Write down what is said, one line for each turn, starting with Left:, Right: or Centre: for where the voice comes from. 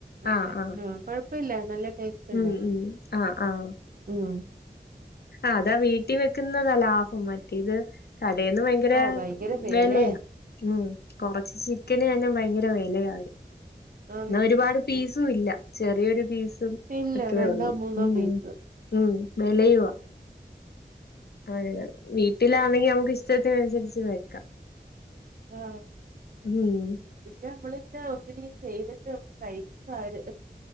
Right: അല്ല
Left: ആ ആ
Right: ആഹ് കൊഴ പ്പല്ല നല്ല ടേസ്റ്റ് ഉണ്ടായി
Left: ഉം ഉ ആഹ് ആഹ്
Right: ഉം
Left: അതാ വീട്ട ട്ടി വെക്കുന്നത ലാഭം മറ്റേത് കടേന്ന് ഭയങ്കര
Right: ആഹ് ഭയങ്കര വെലയാ
Left: വെലയാണ് ഉം കൊറച്ച് ചിക്കന് തന്നെ ഭയങ്കര വെലയാവര്
Right: ആന്ന്
Left: ന്നാ ഒരുപാട് പീസും
Right: ഉം
Left: ഇല്ല ചെറിയൊരു പീസും
Right: ഇല്ല
Left: ഒക്കെയെ
Right: രണ്ടോ
Left: ഉള്ളൂ
Right: മൂന്നോ
Left: ഉം
Right: പീസ്
Left: ഉം വെലയുവ അഹെന്നെ വീട്ടിലാണെങ്കി നമുക്ക് ഇഷ്ടത്തിനനുസരിച്ച് വെക്കാം
Right: ആഹ്
Left: ഊം
Right: പിന്നെ നമ്മളിങ്ങനെ ഒത്തിരി ചെയ്തിട്ട് കഴിക്കാര്